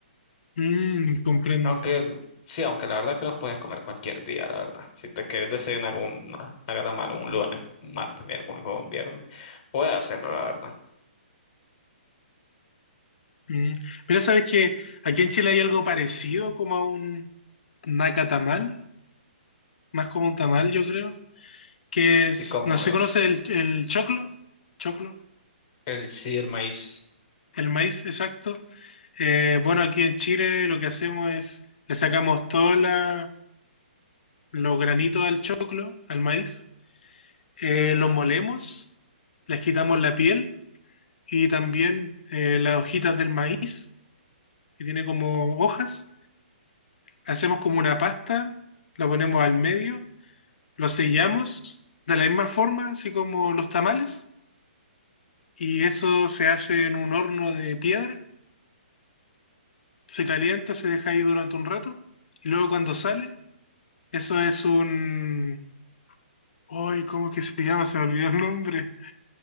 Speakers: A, on the left; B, on the left.
A: Mm, comprendo.
B: Aunque, sí, aunque la verdad que los puedes comer cualquier día, la verdad. Si te quieres desayunar un, haga mal un lunes, un martes, miércoles o un viernes, puedes hacerlo, la verdad.
A: Mm. Mira, sabes que aquí en Chile hay algo parecido como a un nacatamal, más como un tamal, yo creo, que es,
B: ¿Y como
A: no sé
B: es?
A: si conoces el, el choclo, choclo,
B: El sí, el maíz.
A: el maíz, exacto. Eh, bueno, aquí en Chile lo que hacemos es, le sacamos todos los granitos al choclo, al maíz, eh, los molemos, les quitamos la piel y también eh, las hojitas del maíz, que tiene como hojas, hacemos como una pasta, la ponemos al medio lo sellamos de la misma forma, así como los tamales, y eso se hace en un horno de piedra, se calienta, se deja ahí durante un rato, y luego cuando sale, eso es un... ¡Ay, cómo es que se llama! Se me olvidó el nombre.